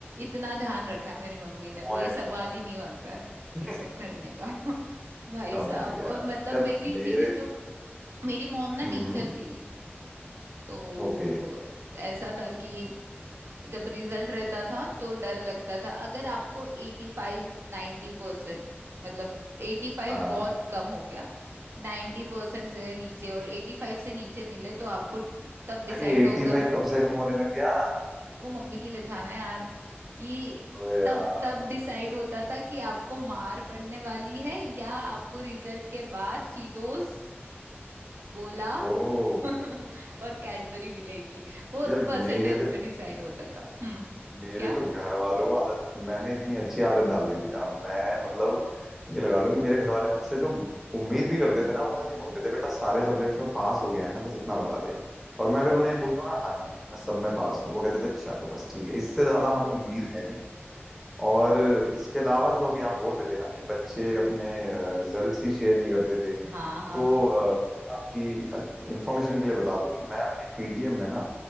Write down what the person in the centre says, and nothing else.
ओए
ओए
<laughs>
समझ
गया
यार
मेरे
हम्म
ओके
हाँ
यार ये 85
कब से कम होने लग गया
अबे यार
ओ
यार मेरे
मेरे
तो घर वालों को आदत मैंने इतनी अच्छी आदत डाल दी थी ना मैं मतलब ये लगा लो कि मेरे घर वाले मुझसे जो उम्मीद भी करते थे ना वो बस ये बोलते थे बेटा सारे सब्जेक्ट्स में पास हो गया है ना बस इतना बता दे और मैं अगर उन्हें ये बोल दूं ना हाँ जी मैं सब में पास हूँ वो कहते थे चलो बस ठीक है इससे ज्यादा हमें उम्मीद है नहीं और इसके अलावा जो अभी आप बोल रहे थे ना कि बच्चे अपने रिजल्ट्स ही शेयर नहीं करते थे
तो अ, आपकी इंफॉर्मेशन के लिए बता दूं कि मैं अपनी पीटीएम में ना